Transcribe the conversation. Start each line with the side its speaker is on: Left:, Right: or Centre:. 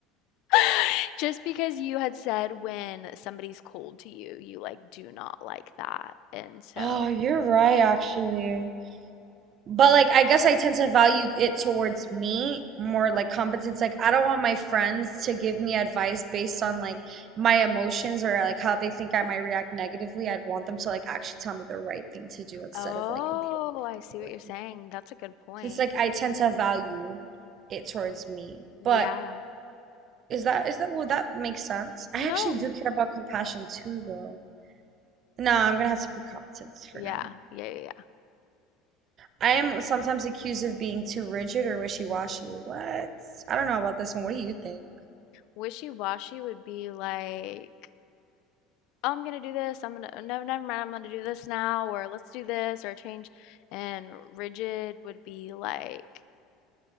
Left: <laughs> Just because you had said when somebody's cold to you, you like do not like that. And so,
Right: Oh, you're right, actually. But like, I guess I tend to value it towards me more like competence. Like, I don't want my friends to give me advice based on like my emotions or like how they think I might react negatively. I'd want them to like actually tell me the right thing to do instead
Left: oh,
Right: of like the emotional
Left: I see what
Right: way.
Left: you're saying. That's a good point.
Right: Since like I tend to value it towards me.
Left: Yeah.
Right: But is that is that would that make sense? I
Left: No.
Right: actually do care about compassion too, though. No, I'm gonna have to pick competence for
Left: Yeah.
Right: now.
Left: Yeah. Yeah. yeah.
Right: I am sometimes accused of being too rigid or wishy-washy. What? I don't know about this one. What do you think?
Left: Wishy-washy would be like, oh, I'm gonna do this. I'm gonna, no, never mind. I'm gonna do this now, or let's do this, or change. And rigid would be like,